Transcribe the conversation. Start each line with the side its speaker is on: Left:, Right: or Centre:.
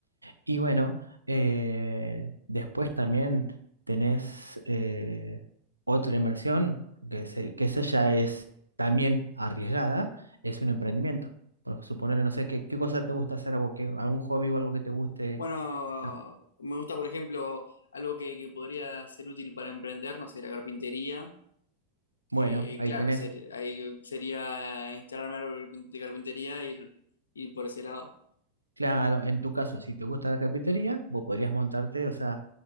Right: Y bueno, eh, después también tenés eh, otra inversión, que, se- que esa ya es también arriesgada, es un emprendimiento. Por suponer, no sé, ¿qué, qué cosa te gusta hacer? ¿Algo que, algún hobby o algo que te guste?
Left: Bueno,
Right: hacer?
Left: me gusta, por ejemplo, algo que, que podría ser útil para emprender, no sé, la carpintería,
Right: Bueno,
Left: que
Right: ahí
Left: claro,
Right: tenés
Left: ser- ahí sería instalarme algo de carpintería e ir, ir por ese lado.
Right: Claro, en tu caso, si te gusta la carpintería, vos podrías montarte, o sea,